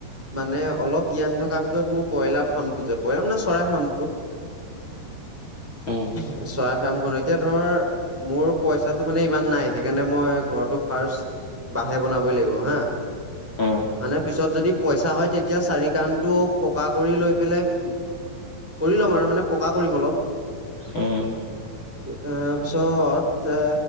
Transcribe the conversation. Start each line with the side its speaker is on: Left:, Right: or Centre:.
Centre: মানে অলপ জ্ঞান থকাৰ ভিতৰত মোৰ ব্ৰইলাৰ ফাৰ্মটো যে ব্ৰইলাৰ ন চৰাই ফাৰ্মটো।
Left: উম।
Centre: চয়াইপ। এতিয়া ধৰ মোৰ পইচাটো মানে ইমান নাই সেইকাৰণে মই ঘৰটো ফাচ। বাঁহে বনাবই লাগিব হা।
Left: অ।
Centre: মানে পিছত যদি পইচা হয় তেতিয়া চাৰি কাণটো পকা কৰি লৈ পেলাই। কৰি ল'ম আৰু মানে পকা কৰিম অলপ।
Left: হম।
Centre: ইটা তাৰপিছত এ।